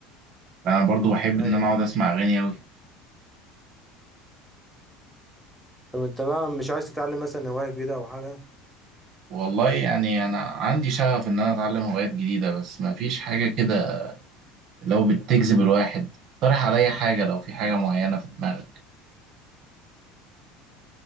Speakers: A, on the right (about 50°); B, in the centre.
A: أنا برضو بحب
B: أيوة
A: إن أنا أقعد أسمع أغاني أوي
B: طب أنت بقى مش عايز تتعلم مثلا هواية جديدة أو حاجة؟
A: والله يعني أنا عندي شغف إن أنا أتعلم هوايات جديدة بس مفيش حاجة كده لو بتجذب الواحد اقترح عليا حاجة لو في حاجة معينة في دماغك